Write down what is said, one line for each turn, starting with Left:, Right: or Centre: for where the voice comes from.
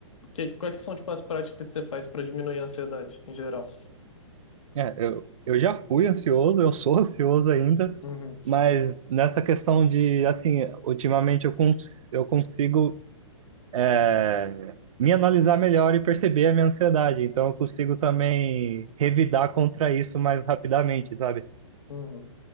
Left: Que, quais que são, tipo, as práticas que você faz para diminuir a ansiedade, em geral?
Right: É, eu, eu já fui ansioso, eu sou <laughs> ansioso ainda,
Left: Uhum,
Right: mas nessa questão de, assim, ultimamente eu, cons eu consigo é, me analisar melhor e perceber a minha ansiedade. Então eu consigo também revidar contra isso mais rapidamente, sabe?
Left: uhum.